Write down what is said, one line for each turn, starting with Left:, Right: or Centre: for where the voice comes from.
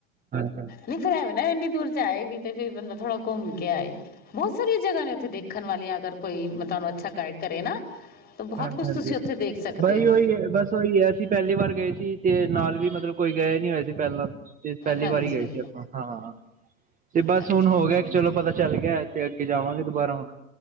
Right: ਹਾਂਜੀ
Left: ਨਈ ਫਿਰ ਐਂਵੇ ਨੀ। ਦੂਰ ਜਾਏ ਵੀ ਤੇ ਫ਼ਿਰ ਬੰਦਾ ਥੋੜਾ ਘੁੰਮ ਕੇ ਆਏ ਬਹੁਤ ਸਾਰੀਆਂ ਜਗਾ ਨੇ ਉੱਥੇ ਦੇ ਸਿੱਖਣ ਵਾਲੀਆਂ ਅਗਰ ਕੋਈ ਤੁਹਾਨੂੰ ਅੱਛਾ ਗਾਈਡ ਕਰੇ ਨਾ ਤਾਂ ਬਹੁਤ
Right: ਹਾਂਜੀ-ਹਾਂਜੀ,
Left: ਕੁਝ ਤੁਸੀਂ ਉੱਥੇ ਦੇਖ ਸਕਦੇ
Right: ਬਹੀ
Left: ਹੋ
Right: ਉਹੀ ਹੈ ਬਸ ਉਹੀ ਹੈ ਅਸੀਂ ਪਹਿਲੀ ਵਾਰ ਗਏ ਸੀ ਤੇ ਨਾਲ ਵੀ ਮਤਲਬ ਕੋਈ ਗਏ ਨੀ ਹੋਆ ਸੀ ਪਹਿਲਾਂ। ਤੇ ਪਹਿਲੀ
Left: ਹਾਂਜੀ
Right: ਵਾਰੀ ਗਏ ਸੀ ਆਪਾਂ। ਹਾਂ, ਤੇ ਬਸ
Left: ਹਾਂਜੀ
Right: ਹੁਣ ਹੋ ਗਿਆ ਚਲੋ ਪਤਾ ਚੱਲ ਗਿਆ ਤੇ ਅੱਗੇ ਜਾਵਾਂਗੇ ਦੁਬਾਰਾ ਹੁਣ।